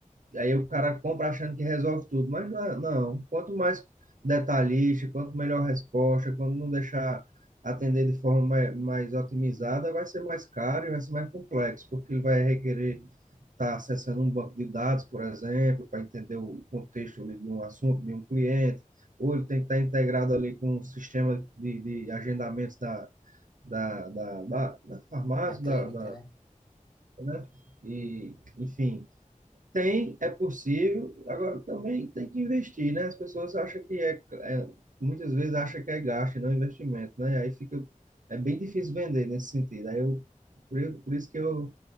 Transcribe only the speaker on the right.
aí o cara compra achando que resolve tudo, mas não, é- não. Quanto mais detalhista, quanto melhor a resposta, quando não deixar atender de forma mais, mais otimizada, vai ser mais caro e vai ser mais complexo, porque ele vai requerer está acessando um banco de dados, por exemplo, para entender o contexto ali de um assunto, de um cliente, ou ele tem que estar integrado ali com um sistema de, de agendamentos da, da, da, da, da farmácia,
da, da,
né? E, enfim, tem, é possível, agora também tem que investir, né? As pessoas acham que é, é muitas vezes acham que é gasto, e não é investimento, né? E aí fica, é bem difícil vender nesse sentido. Aí eu, por, por isso que eu,